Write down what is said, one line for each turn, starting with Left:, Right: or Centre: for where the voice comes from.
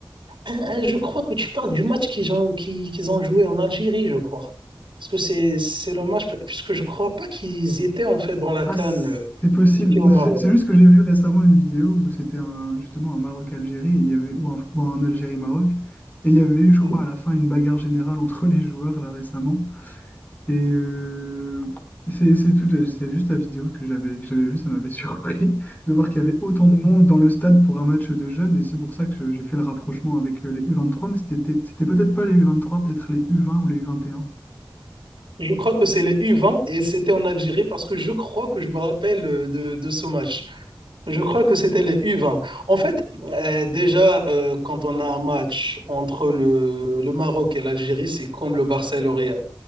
Right: euh, je crois que tu parles du match qu'ils ont, qui- qu'ils ont joué en Algérie, je crois. Parce que c'est, c'est le match, puisque je crois pas qu'ils étaient en fait dans la
Left: Ah,
Right: CAN
Left: c'est
Right: euh,
Left: possible.
Right: ici au Maroc.
Left: C'est c'est juste que j'ai vu récemment une vidéo où c'était un, justement un Maroc-Algérie, et il y avait, ou un, ou un Algérie-Maroc. Et il y avait eu, je crois,
Right: Hmm.
Left: à la fin, une bagarre générale entre les joueurs, là, récemment. Et euh, c'est c'est tout, la- c'est juste la vidéo que j'avais que j'avais vue, ça m'avait <laughs> surpris de voir qu'il y avait autant de monde dans le stade pour un match de jeunes. Et c'est pour ça que je- j'ai fait le rapprochement avec euh, les u vingt trois mais c'était c'était peut-être pas les u vingt trois peut-être les u vingt ou les U21. Et un.
Right: Je crois que c'est les U20 et c'était en Algérie parce que je crois que je me rappelle euh, de, de ce match. Je crois que c'était les U20. En fait, euh, déjà, euh, quand on a un match entre le, le Maroc et l'Algérie, c'est comme le Barça et le Real.